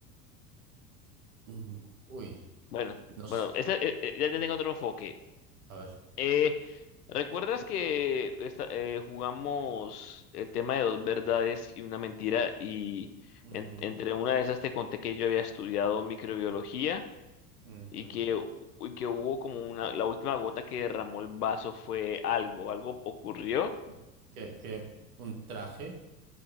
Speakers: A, on the right; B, on the left.
A: mm, uy,
B: bueno,
A: nos,
B: bueno, esa- eh, eh, ya ya tengo otro enfoque.
A: a ver.
B: Eh, ¿recuerdas que esta- eh, jugamos el tema de dos verdades y una mentira? Y
A: Ujú,
B: en- entre una de esas te conté que yo había estudiado microbiología
A: ujú.
B: y que, hu- y que hubo como una, la última gota que derramó el vaso fue algo, algo ocurrió.
A: Un, que, que un traje,